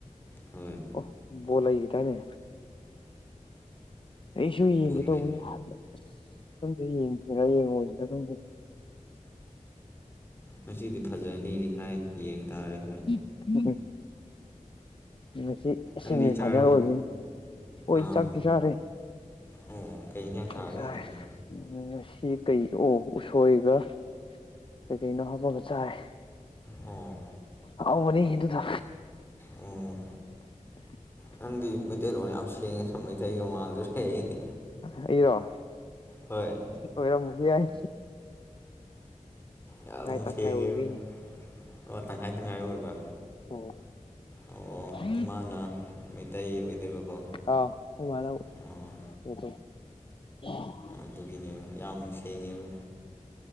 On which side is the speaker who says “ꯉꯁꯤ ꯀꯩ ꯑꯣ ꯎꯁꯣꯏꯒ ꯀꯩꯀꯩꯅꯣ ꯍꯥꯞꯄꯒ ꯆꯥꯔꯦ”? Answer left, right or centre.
Left